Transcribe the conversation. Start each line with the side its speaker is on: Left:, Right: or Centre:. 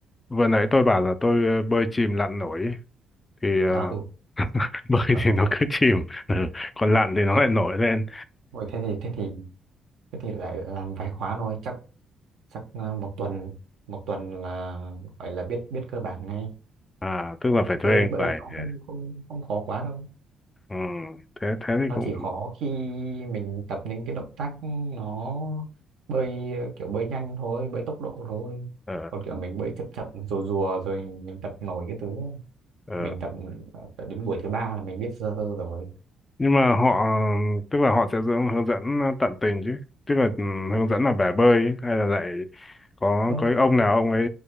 Left: vừa nãy tôi bảo là tôi ờ, bơi chìm lặn nổi ấy. thì ờ,
Right: à ừ
Left: <laughs> bơi
Right: lợn
Left: thì
Right: nổi
Left: nó
Right: à
Left: cứ chìm ừ. còn lặn thì nó lại nổi lên
Right: Ôi, thế thì thế thì thế thì lại làm vài khóa thôi chắc chắc ờ, một tuần một tuần là gọi là biết biết cơ bản ngay
Left: à tức là phải thuê
Right: bơi bơi
Left: người
Right: nó
Left: để
Right: không không không khó quá đâu
Left: ừ. thế thế thì
Right: nó
Left: cũng
Right: chỉ khó khi mình tập những cái động tác nó bơi kiểu bơi nhanh thôi bơi tốc độ thôi
Left: ờ
Right: còn kiểu mình bơi chậm chậm rùa rùa rồi mình tập nổi cái thứ ấy.
Left: ờ
Right: mình tập tập đến buổi thứ ba là mình biết sơ sơ rồi
Left: nhưng mà họ tức là họ sẽ hướng hướng dẫn ờ, tận tình chứ tức là ừ, hướng dẫn là bể bơi ấy, hay là lại có
Right: ơ
Left: có cái ông nào ông ấy